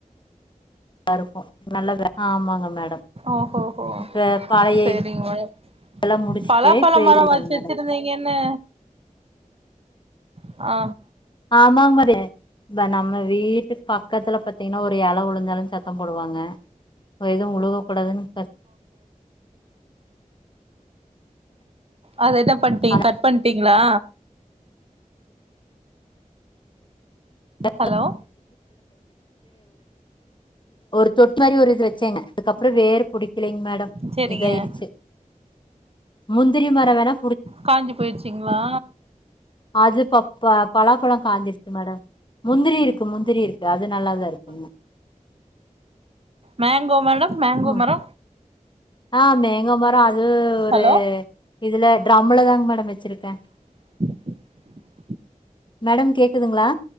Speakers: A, on the left (about 35°); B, on the right (about 45°).
A: நல்லா இருக்கு நல்ல ஆமாங்க மேடம்
B: ஓஹோஹோ
A: இப்ப பழைய
B: செரிங் <inaudible>
A: இதெல்லாம் முடிச்சுட்டு
B: பலா பழ
A: இப்ப
B: மரோ
A: இது
B: வளத்து
A: மேடம்
B: வச்சிருந்தீங்கன்னு ஆ
A: ஆமாங் <unintelligible> இந்தா நம்ம வீட்டுக் பக்கத்துல பாத்தீங்கன்னா ஒரு எல உழுந்தாலு சத்தோ போடுவாங்க எதும் உழுகக் கூடாதுன்னு பத்
B: அது என்ன பண்ட்டீங்
A: அதை
B: கட் பண்ட்டீங்ளா
A: <inaudible>
B: ஹலோ
A: ஒருத் தொட்டி மாரி ஒரு இது வச்சேங்க அதுக்கப்றோ வேறு புடிக்கலைங் மேடம்
B: சேரிங்க
A: இதாயிருச்சு முந்திரி மரோ வேணம்
B: காஞ்சி போயிருச்சிங்ளா
A: அது ப ப பலாப்பழோ காஞ்சிருச்சு மேடம் முந்திரி இருக்கு முந்திரி இருக்கு அது நல்லாதா இருக்குங்க
B: மேங்கோ மேடம் மேங்கோ
A: ம்
B: மரோ
A: ஆ, மேங்கோ மரோ அது ஒரு
B: ஹலோ
A: இதுல ட்ரம்லதாங் மேடம் வச்சிருக்கே
B: ஹ
A: மேடம் கேக்குதுங்ளா